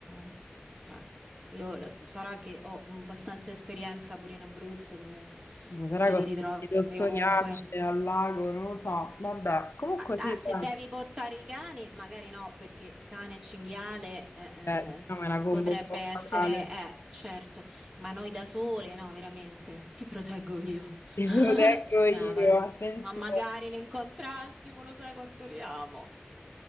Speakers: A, on the right; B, on the left.
A: eh, cioè, io l- sarà che ho abbastanza esperienza pure in Abruzzo dove
B: Boh, sarà
A: te
B: che
A: li
B: ho sentito
A: ritrovi
B: storiacce
A: ovunque.
B: al lago, non lo so. Vabbè, comunque
A: Ah,
B: sì,
A: ah, se
B: dai.
A: devi portare i cani, magari no, perché il cane cinghiale eh, eh,
B: Eh, diciamo è una combo
A: potrebbe
B: un po'
A: essere,
B: fatale.
A: eh, certo, ma noi da sole, no, veramente, ti proteggo io.
B: Ti
A: <laughs>
B: proteggo io,
A: No, ma, non-
B: attenzione.
A: ma magari le incontrassimo, lo sai quanto li amo.